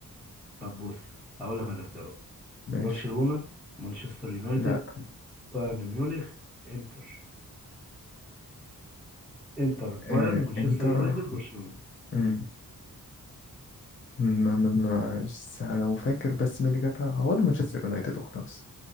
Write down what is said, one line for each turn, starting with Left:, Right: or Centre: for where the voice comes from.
Centre: طب بص هقول لك الاختيارات
Left: ماشي
Centre: برشلونة مانشستر يونايتد
Left: لا
Centre: بايرن ميونخ انتر انتر بايرن
Left: إيه
Centre: مانشستر
Left: انتر
Centre: يونايتد برشلونة
Left: مم.
Centre: مم.
Left: ما ما ما بس لو فاكر بس مين اللي جابها هو مانشستر يونايتد وخلاص